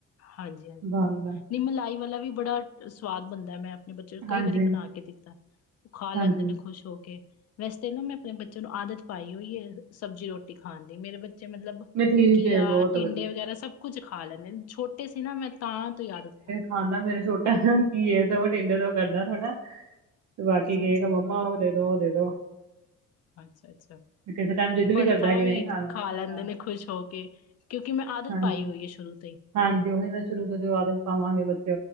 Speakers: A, on the left; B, on the right.
A: ਹਾਂਜੀ ਹਾਂਜੀ,
B: ਬਾਹਰ ਦਾ
A: ਨੀ ਮਲਾਈ ਵਾਲਾ ਵੀ ਬੜਾ ਸਵਾਦ ਬਣਦਾ ਮੈਂ ਬੱਚੇ ਨੂੰ ਕਈ
B: ਹਾਂਜੀ
A: ਵਾਰੀ ਬਣਾ ਕੇ ਦਿੱਤਾ, ਉਹ ਖਾ ਲੈਂਦੇ
B: ਹਾਂਜੀ
A: ਨੇ ਖੁਸ਼ ਹੋ ਕੇ ਵੈਸੇ ਨਾ ਮੈਂ ਆਪਣੇ ਬੱਚੇ ਨੂੰ ਆਦਤ ਪਾਈ ਹੋਈ ਹੈ ਸਬਜ਼ੀ ਰੋਟੀ ਖਾਣ ਦੀ, ਮੇਰੇ ਬੱਚੇ ਮਤਲਬ
B: ਨਹੀਂ ਠੀਕ
A: ਘੀਆ,
B: ਹੈ ਬਹੁਤ
A: ਟਿੰਡੇ
B: ਵਧੀਆ
A: ਵਗੈਰਾ ਸਭ ਕੁੱਝ ਖਾ ਲੈਂਦੇ, ਛੋਟੇ ਸੀ ਨਾ ਮੈਂ ਤਾਂ ਤੋਂ ਆਦਤ
B: ਖਾਦਾਂ ਮੇਰਾ ਛੋਟਾ ਘੀਏ ਤੋ, ਟਿੰਡੇ ਤੋਂ ਕਰਦਾ ਥੋੜਾ ਤੇ
A: ਪਾਈ
B: ਬਾਕੀ
A: ਅੱਛਾ
B: ਕਏਗਾ
A: ਅੱਛਾ
B: ਮੰਮਾ ਔ ਦੇ ਦੋ-ਔ ਦੇ, ਦੋ।
A: ਅੱਛਾ-ਅੱਛਾ
B: ਤੇ ਕਿਸੇ ਟਾਈਮ ਜਿੱਦ
A: ਪੜਥਾ
B: ਕਰਦਾ ਕਿ
A: ਵੀ
B: ਨਹੀਂ ਖਾਣਾ ਨਹੀਂ
A: ਖਾ
B: ਖਾਣਾ
A: ਲੈਂਦੇ ਨੇ ਖ਼ੁਸ਼ ਹੋ ਕੇ। ਕਿਉਂਕਿ, ਮੈਂ ਆਦਤ
B: ਹਾਂਜੀ
A: ਪਾਈ ਹੋਈ ਏ ਸ਼ੁਰੂ ਤੋਂ ਈ।
B: ਹਾਂਜੀ, ਔਹੀ ਤਾਂ ਸ਼ੁਰੂ ਤੋਂ ਜੋ ਆਦਤ ਪਾਵਾਂਗੇ ਬੱ